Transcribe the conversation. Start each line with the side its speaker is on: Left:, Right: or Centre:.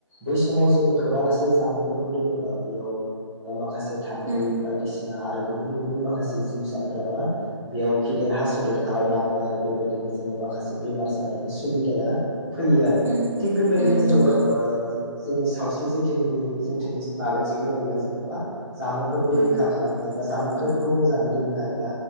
Centre: बै समाव जोङो खोबा लासे जामुंफोरखौ दोनोबा बेयाव ओ माखासे थाम्फै
Right: उम
Centre: बायदिसिना आरो गुबुन गुबुन माखासे जिउसाफोरा बा बेयाव खिदेर हासुदेर खालामलाङो आरो बेबायदिनो जोङो माखासे बेमार जानायनि सुबिदाया फैयो आरो।
Right: उम
Centre: थिग बेबायदिनो
Right: उम
Centre: जोङो
Right: नंगौ
Centre: ओ जोंनि सावस्रि जोथोननि जोथोननि बागै सावरायोबा जोङो मा जामुंफोरखौ
Right: उम
Centre: रैखा खालामनो एबा जामुंफोरखौ
Right: औ
Centre: मोजाङै दोननाय बा